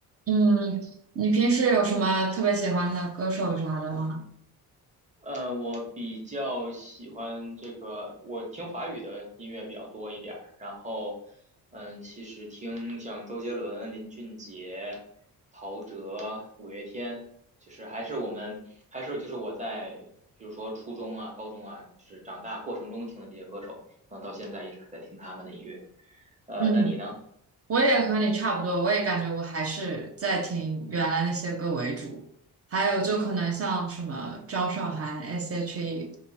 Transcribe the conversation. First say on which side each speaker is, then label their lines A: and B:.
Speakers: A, on the right (about 35°); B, on the right (about 20°).
A: 嗯，你平时有什么特别喜欢的歌手啥的吗？
B: 呃，我比较喜欢这个，我听华语的音乐比较多一点儿，然后，嗯，其实听像周杰伦、林俊杰、陶喆、五月天，就是还是我们还是就是我在比如说初中啊、高中啊，就是长大过程中听的这些歌手，可能到现在一直还在听他们的音乐。呃，
A: 嗯，
B: 那你呢？
A: 我也和你差不多，我也感觉我还是在听原来那些歌为主，还有就可能像什么张韶涵、
B: 嗯
A: S.H.E，